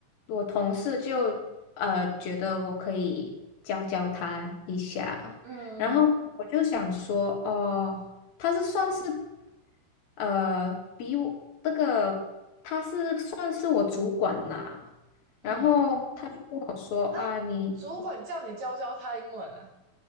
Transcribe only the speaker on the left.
我同事就呃觉得我可以教教他一下，
然后我就想说哦。他是算是呃比我这个他是算是我主管啦，
然后他就跟我说啊，
你